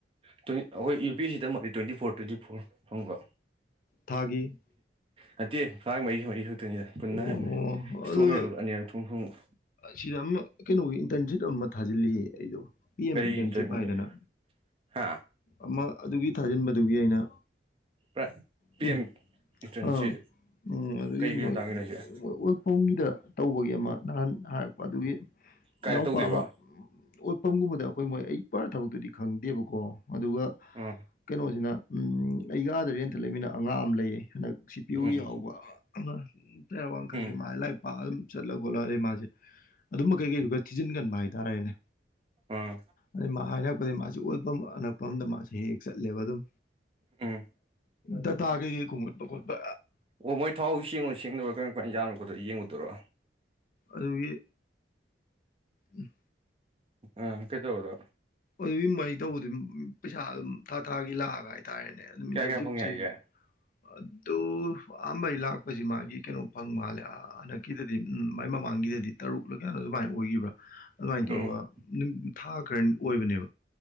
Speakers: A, on the right; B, on the left.
A: ꯇ꯭ꯋ ꯑꯩꯈꯣꯏ ꯌꯨ ꯄꯤ ꯁꯤꯗꯝꯃ ꯇ꯭ꯋꯦꯟꯇꯤ ꯐꯣꯔ ꯇ꯭ꯋꯦꯟꯇꯤ ꯐꯣꯔ ꯐꯪꯕ
B: ꯊꯥꯒꯤ
A: ꯍꯟꯇꯦ ꯐꯥꯡ ꯃꯔꯤ ꯃꯔꯤ ꯈꯛꯇꯅꯤꯗ ꯄꯨꯟꯅ
B: ꯑꯣ
A: ꯍꯟꯅ
B: ꯑꯣ
A: ꯏꯁꯇꯣꯝ
B: ꯑꯗꯨ
A: ꯑꯅꯤꯔꯛ ꯊꯨꯝ ꯐꯣꯡꯉ
B: ꯁꯤꯗ ꯑꯃ ꯀꯩꯅꯣꯒꯤ ꯏꯟꯇꯔꯟꯁꯤꯞ ꯑꯃ ꯊꯥꯖꯤꯜꯂꯤꯌꯦ ꯑꯩꯗꯣ ꯄꯤ ꯑꯦꯝ
A: ꯀꯔꯤ
B: ꯏꯟꯇꯔꯟꯁꯤꯞ
A: ꯏꯟꯇꯔꯟꯅꯤ
B: ꯍꯥꯏꯗꯅ
A: ꯍꯥ
B: ꯑꯃ ꯑꯗꯨꯒꯤ ꯊꯥꯖꯤꯟꯕꯗꯨꯒꯤ ꯑꯩꯅ
A: ꯥꯏ ꯄꯤ
B: ꯎꯝ
A: ꯑꯦꯝ ꯏꯟꯇꯔꯟꯁꯤ
B: ꯑꯥ ꯎꯝ ꯑꯗꯨꯒꯤ
A: ꯀꯩ ꯀꯩ
B: ꯃꯣꯏ
A: ꯃꯇꯥꯡꯒꯤꯅꯣ ꯍꯥꯏꯁꯦ
B: ꯑꯣꯛꯐꯝꯒꯤꯗ ꯇꯧꯕꯒꯤ ꯑꯃ ꯅꯍꯥꯟꯥꯟ ꯍꯥꯏꯔꯛꯄ ꯑꯗꯨꯒꯤ
A: ꯀꯥꯏꯗ
B: ꯏꯅꯥꯎꯄꯥ
A: ꯇꯧꯗꯣꯏꯕ
B: ꯑꯃ ꯏꯐꯝꯒꯨꯝꯕꯗ ꯑꯩꯈꯣꯏ ꯃꯣꯏ ꯑꯩ ꯄꯔ ꯊꯕꯛꯇꯨꯗꯤ ꯈꯪꯗꯦꯕꯀꯣ ꯑꯗꯨꯒ
A: ꯎꯝ
B: ꯀꯩꯅꯣꯁꯤꯅ ꯎ ꯑꯩꯒꯥꯗ ꯔꯦꯟꯇ ꯂꯩꯃꯤꯅ ꯑꯉꯥꯡ ꯑꯃ ꯂꯩꯌꯦ ꯍꯟꯗꯛ ꯁꯤ ꯄꯤꯌꯨ
A: ꯎꯝ
B: ꯌꯥꯎꯕ ꯑꯃ ꯋꯥꯅ ꯈꯪꯒꯦ
A: ꯎꯝ
B: ꯃꯥ ꯂꯥꯏ ꯄꯥꯛ ꯑꯗꯨꯝ ꯆꯠꯂꯒ ꯈꯣꯠꯂꯔꯦ ꯃꯥꯁꯦ ꯑꯗꯨꯝꯕ ꯀꯩ ꯀꯩ ꯑꯗꯨꯒ ꯊꯤꯖꯤꯟꯒꯟꯕ ꯍꯥꯏꯇꯥꯔꯦꯅꯦ
A: ꯎꯝ
B: ꯑꯅ ꯃꯥꯁꯦ ꯑꯣꯠꯄ ꯑꯅꯛꯄ ꯑꯗ ꯃꯥꯁꯤꯦ ꯍꯦꯛ ꯆꯠꯂꯦꯕ ꯑꯗꯨꯝ
A: ꯎꯝ
B: ꯗꯇꯥ ꯀꯩꯀꯩ ꯈꯨꯝꯃꯠꯄ ꯈꯣꯠꯄ
A: ꯑꯣ ꯃꯣꯏ ꯊꯥꯎ ꯁꯦꯡꯉꯨ ꯁꯦꯡꯗꯕꯥ ꯀꯃꯝ ꯀꯃꯥꯏ ꯌꯥꯝꯅꯣ ꯈꯣꯠꯇ ꯌꯦꯡꯉꯨꯗꯣꯏꯣ
B: ꯑꯗꯨꯗꯒꯤ ꯎꯝ
A: ꯑ ꯀꯩꯗ ꯍꯧꯗ
B: ꯑꯗꯨꯒꯤ ꯃꯩ ꯇꯧꯕꯗ ꯄꯩꯁꯥ ꯑꯗꯨ ꯊꯥ ꯊꯥꯒꯤ ꯂꯥꯛꯑꯒ ꯅꯦꯁꯤ
A: ꯀꯌꯥ ꯀꯌꯥ ꯐꯪꯉꯦ ꯍꯥꯏꯒꯦ
B: ꯑꯗꯨ ꯑꯝꯕ ꯏꯂ ꯍꯧ ꯃꯥꯒꯤ ꯀꯩꯅꯣ ꯐꯪ ꯃꯥꯜꯂꯦ ꯍꯟꯗꯛꯀꯤꯗꯗꯤ ꯎꯝ ꯃꯥꯏ ꯃꯃꯥꯡꯒꯤꯗꯗꯤ ꯇꯔꯨꯛꯂ ꯀꯅꯣ ꯑꯗꯨꯃꯥꯏꯅ ꯑꯣꯏꯈꯤꯕ꯭ꯔꯥ ꯑꯗꯨꯃꯥꯏꯅ
A: ꯎꯝ
B: ꯇꯧꯔꯒ ꯅꯨꯃꯤꯠ ꯊꯥ ꯈꯔꯅꯤ ꯑꯣꯏꯕꯅꯦꯕ